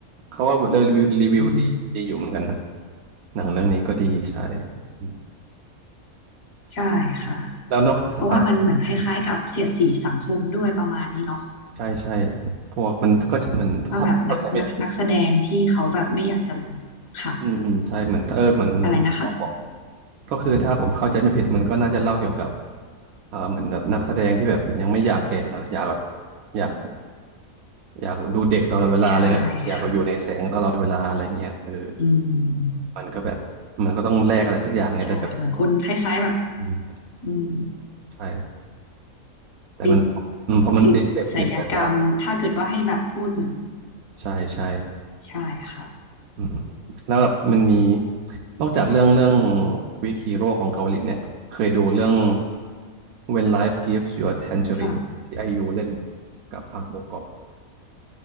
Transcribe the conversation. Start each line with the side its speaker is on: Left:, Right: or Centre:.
Right: เขาว่าเรรีวิวรีวิวดีดีอยู่เหมือนกันนะ
Left: อืม
Right: หนังเรื่องนี้ก็ดีใช่อืม
Left: ใช่ค่ะ
Right: แล้วนอกเอ่อ
Left: เพราะว่ามันเหมือนคล้ายๆกับเสียดสีสังคมด้วยประมาณนี้เนาะ
Right: ใช่ใช่พวกมันก็จะมันถ้าผมเข้าใจไม่ผิด
Left: ว่าแบบนักนักนักแสดงที่เขาแบบไม่อยากจะลงค่ะ
Right: อืมอืมใช่เหมือนเออเหมือนเหมือนเขาบอก
Left: อะไรนะคะ
Right: ก็คือถ้าผมเข้าใจไม่ผิดมันก็น่าจะเล่าเกี่ยวกับเอ่อเหมือนแบบนักแสดงที่แบบยังไม่อยากแก่นะอยากแบบอยากอยากดูเด็กตลอดเวลาอะไรเงี้ยเอออยากอยู่ในแสงตลอดเวลาอะไรเงี้ยเออ
Left: ใช่ค่ะอืม
Right: มันก็แบบมันก็ต้องแลกอะไรสักอย่างเนี่ยแต่แบบ
Left: ใช่เหมือนคนคล้ายๆแบบ
Right: อืม
Left: อืม
Right: ใช่แต่มัน
Left: ติด
Right: อืมพอมันติดเสพติดแล้วอยาก
Left: ติดไสยกรรมถ้าเกิดว่าให้แบบพูดเหมือน
Right: ใช่ใช่
Left: ใช่ค่ะ
Right: อืมแล้วแบบมันมีนอกจากเรื่องเรื่องวิกฮีโร่ของเกาหลีเนี่ยเคยดูเรื่อง When Life Gives You a Tangerine
Left: ค่ะ
Right: ที่ไอยูเล่นกับพักโบกอม